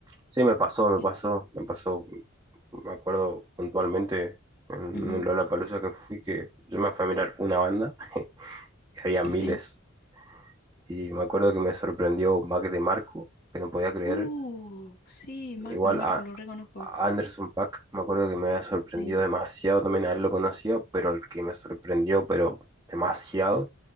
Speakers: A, on the right; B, on the left.
A: Sí, me pasó, me
B: Sí.
A: pasó, me pasó. Me acuerdo puntualmente en
B: Ujú,
A: un Lollapalooza que fui que yo me fui a mirar una banda y había
B: <laughs>
A: miles.
B: Sí.
A: Y me acuerdo que me sorprendió Mac de Marco, que no podía creer.
B: Uh, sí, Mac
A: Igual
B: de Marco,
A: a,
B: lo reconozco.
A: a Anderson Paak, me acuerdo que me había sorprendido
B: Sí.
A: demasiado también, a él lo conocía, pero el que me sorprendió, pero demasiado,